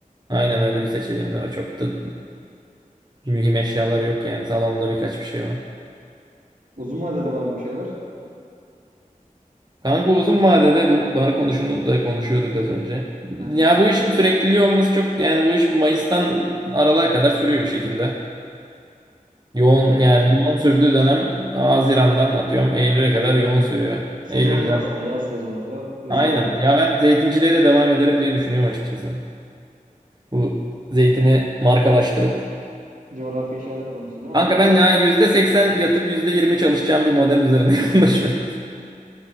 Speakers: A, on the right; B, on the right.
A: Aynen öyle bir seçeneğim de var. Çok da mühim eşyalar yok yani. Salonda birkaç bir şey var.
B: Uzun vadede var mı şeyler?
A: Kanka uzun vadede bu bar konusunu da konuşuyorduk az önce.
B: Hı hı,
A: Ya bu işin sürekliliği olması çok yani bu iş Mayıs'tan Aralık'a kadar sürüyor bir şekilde. Yoğun
B: evet.
A: yani yoğun sürdüğü dönem Haziran'dan atıyorum Eylül'e kadar yoğun sürüyor.
B: Sezonda
A: Eylül'den.
B: aslında yaz sezonunda hızlı
A: Aynen.
B: oluyor.
A: Ya ben zeytinciliğe de devam ederim diye düşünüyorum açıkçası. Bu zeytini markalaştırıp.
B: Coğrafi işaret konusu değil mi?
A: Kanka
B: <laughs>
A: ben ya %80 yatıp %20 çalışacağım bir model üzerine <laughs> konuşuyorum.